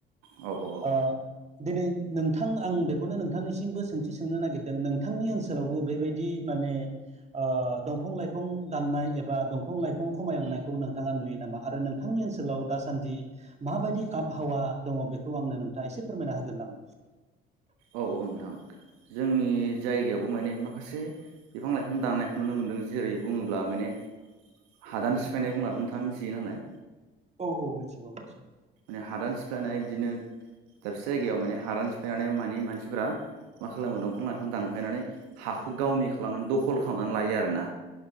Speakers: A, on the right; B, on the right.
A: औ - औ - औ
B: ओ दिनै नोंथां आं बेखौनो नोंथांनिसिमबो सोंथि सोंनो नागिरदों नोंथांनि ओनसोलावबो बेबायदि माने ओ दंफां लाइफां दाननाय एबा दं फां लाइफां खमायलांनायखौ नोंथांङा नुयो नामा आरो नोंथांनि ओनसोलाव दासान्दि माबायदि आबहावा दङो बेखौ आंनो नोंथांङा एसे फोरमायना होगोन नामा
A: औ- औ नोंथां जोंनि जायगायावबो माने खासे बिफां लाइफां दाननायखौ नुनो मोनदों जेरै बुङोब्ला माने हादान सिफायनाय बुंब्लाथ नोंथां मिथियो नालाय
B: औ औ मिथिगौ मिथिगौ
A: माने हादान सिफ्लायनाय बिदिनो दाबसे जायगायाव माने हादान सिफायनानै मानि मानसिफोरा मा खालामो दंफां लाइफां दानफायनानै हा गावनि खालामनानै दखल खालामनानै लायो आरोना